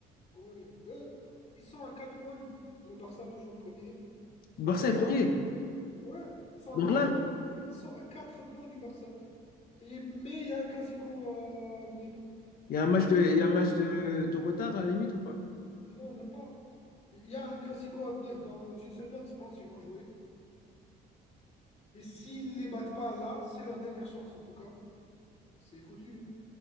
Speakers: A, on the left; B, on the left.
A: Ouais. Eux, euh, ils sont à 4 points. Le Barça, toujours premier. Ils
B: Barça
A: sont à 4
B: est premier.
A: points. Ouais, ils sont à
B: Donc
A: 4
B: là,
A: points. Ils sont à 4 points du Barça. Et- mais il y a un classico à venir.
B: il y a un match de, il y a un match de, de retard à la limite ou pas?
A: Non, même pas. Il y a un classico à venir. Dans une semaine, je pense qu'ils vont jouer. Et s'ils les battent pas là, c'est leur dernière chance en tout cas. C'est foutu. hein.